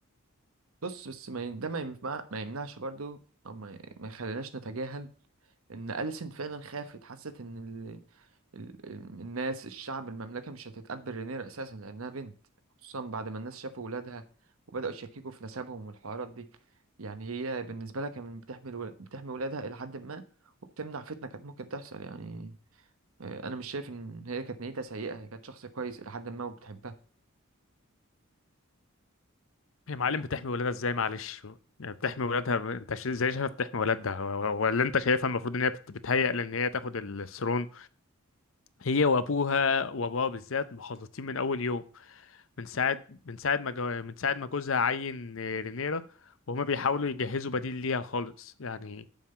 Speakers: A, on the right (about 80°); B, on the left (about 65°).
A: بص بس ما ي- ده ما ينفع ما يمنعش برضو او ما, ما يخليناش نتجاهل ان أليسنت فعلا خافت حست ان ال... ال... الناس الشعب المملكة مش هتتقبل رينير اساسا لانها بنت خصوصا بعد ما الناس شافوا ولادها وبدأوا يشككوا في نسبهم والحوارات دي يعني هي بالنسبة لها كانت بتحمي الو... بتحمي ولادها الى حد ما وبتمنع فتنة كانت ممكن تحصل يعني آه، انا مش شايف ان هي كانت نيتها سيئة هي كانت شخص كويس الى حد ما وبتحبها
B: يا معلم بتحمي ولادها إزاي معلش يعني بتحمي ولادها انت ش- ازاي شايفها بتحمي ولادها و- و- ولا انت شايفها المفروض ان هي بت- بتهيأ لان هي تاخد الثرون هي وابوها وابوها بالذات مخلطين من اول يوم من ساعه من ساعه ما جو... من ساعه ما جوزها عين آه، رينيرا وهما بيحاولوا يجهزوا بديل ليها خالص يعني